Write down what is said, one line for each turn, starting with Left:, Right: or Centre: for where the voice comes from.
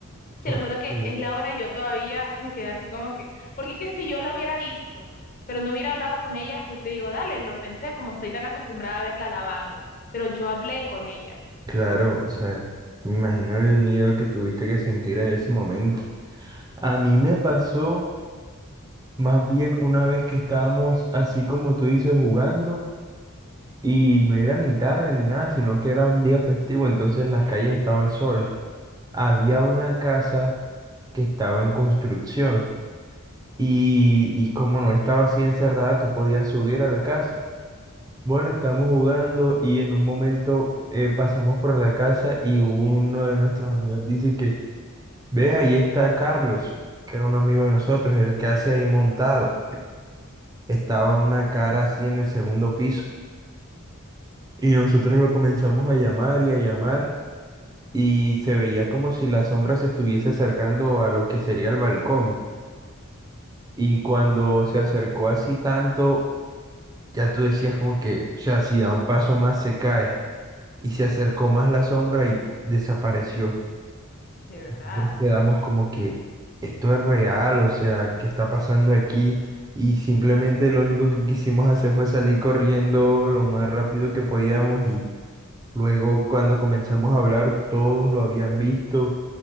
Left: Te
Right: horrible.
Left: lo juro que es la hora y yo todavía me quedé así como que, porque es que si yo la hubiera visto, pero no hubiera hablado con ella, yo te digo, dale, lo pensé, como estoy tan acostumbrada a verla lavando, pero yo hablé con ella,
Right: Claro, o sea, me imagino el miedo que tuviste que sentir en ese momento. A mí me pasó más bien una vez que estábamos así como tú dices jugando. Y no era ni tarde ni nada, sino que era un día festivo, entonces las calles estaban solas. Había una casa que estaba en construcción y, y como no estaba así encerrada, tú podías subir a la casa. Bueno, estábamos jugando y en un momento eh, pasamos por la casa y uno de nuestros amigos dice que, ve, ahí está Carlos, que era un amigo de nosotros, el que hace ahí montado. Estaba una cara así en el segundo piso y nosotros lo comenzamos a llamar y a llamar. y se veía como si la sombra se estuviese acercando a lo que sería el balcón. Y cuando se acercó así tanto, ya tú decías como que, o sea, si da un paso más se cae. Y se acercó más la sombra y desapareció.
Left: de verdad.
Right: Nosotros quedamos como que esto es real, o sea, ¿qué está pasando aquí? Y simplemente lo único que quisimos hacer fue salir corriendo lo más rápido que podíamos y luego cuando comenzamos a hablar todos lo habían visto